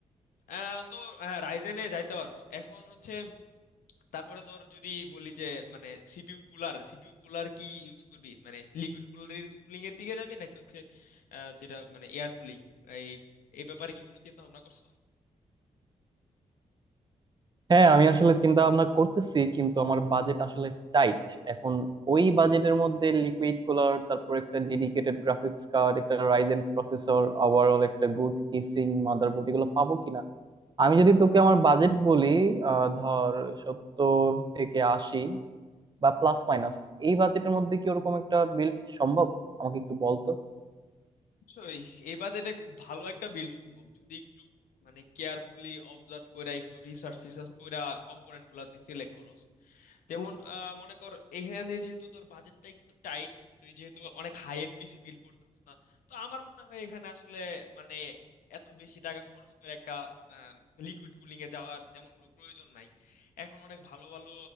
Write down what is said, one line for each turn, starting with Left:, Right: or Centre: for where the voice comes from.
Left: আহ, তো রাইজেনে যাইতে পারোস এখন হচ্ছে তারপরে ধর যদি বলি যে মানে সিপিইউ কুলার সিপিইউ কুলার কি ইউজ করবি মানে লিকুইড কুলিং এর দিকে যাবি নাকি হচ্ছে আহ, যেটা মানে এয়ার কুলিং এই এই ব্যাপারে কি কোনো চিন্তা ভাবনা করছো
Right: হ্যাঁ আমি আসলে চিন্তা ভাবনা করতেছি কিন্তু আমার বাজেট আসলে টাইট এখন ওই বাজেটের মধ্যে লিকুইড কুলার তারপর একটা ডেডিকেটেড গ্রাফিক্স কার্ড একটা রাইজেন প্রসেসর ওভারঅল একটা গুড কেসিং মাদারবোর্ড এগুলো পাবো কিনা আমি যদি তোকে আমার বাজেট বলি আহ ধর সত্তর থেকে আশি বা প্লাস মাইনাস এই বাজেটের মধ্যে কি ওরকম একটা বিল্ড সম্ভব আমাকে একটু বলতো
Left: অবশ্যই এই বাজেটে খুব ভালো একটা বিল্ড সম্ভব যদি একটু মানে কেয়ারফুলি অবজার্ভ কইরা একটু রিসার্চ রিসার্চ কইরা কম্পোনেন্ট গুলা তুই সিলেক্ট করস যেমন আহ, মনে কর এখানে যেহেতু তোর বাজেটটা একটু টাইট তুই যেহেতু অনেক হাই এন্ড পিসি বিল্ড করতে পারছিস না তো আমার মনে হয় এখানে আসলে মানে এত বেশি টাকা খরচ করে একটা লিকুইড কুলিং এ যাওয়ার তেমন কোনো প্রয়োজন নাই এখন অনেক ভালো ভালো